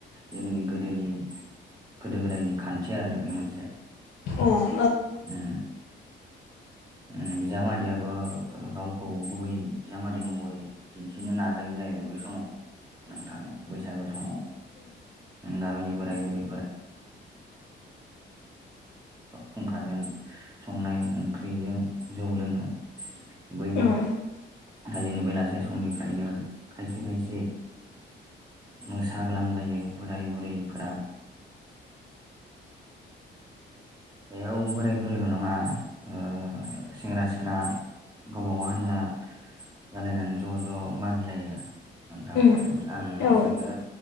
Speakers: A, on the right (about 20°); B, on the left (about 70°).
A: जोंनि गोदोनि
B: <inaudible>
A: गोदो गोदायनि खान्थि आरो नै बे मोनसे
B: उम
A: ओ।
B: <inaudible>
A: ओम बिजामादैयाबो गावखौ गुबै बिजामादै महरै दिन्थिनो नाजायो जाहैबाय। बै समाव नोंथां बैसागो समाव गामिनि बोराय बुरै फुंखाजों संनाय ओंख्रिजों जौ लोङो। बै
B: उम
A: खालिनो बेलासे समनिफ्रायनो खायसे खायसे मोसाग्लांबायो बोराय बुरैफोरा बेयाव बोराय बुरैल' नङा ओ सेंग्रा सिख्ला गावब गाव हान्जा जालायनानै ज' ज' मागिलायो। नोंथां
B: उम
A: ओं आंनिसेयावनो
B: औ